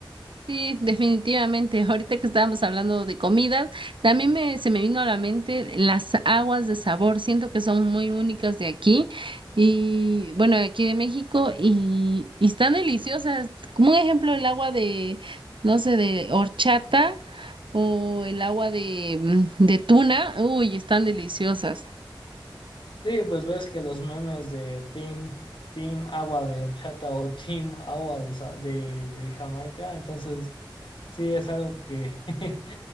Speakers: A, on the right (about 80°); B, on the left (about 75°).
A: Sí, definitivamente. Ahorita que estábamos hablando de comidas, también me, se me vino a la mente las aguas de sabor. Siento que son muy únicas de aquí y bueno, de aquí de México y, y están deliciosas. Como un ejemplo, el agua de, no sé, de horchata o el agua de, mm, de tuna. Uy, están deliciosas.
B: Sí, pues ves que los memes de Team, Team Agua de Horchata o Team Agua de, Sa- de, de Jamaica, entonces sí es algo que, <laughs>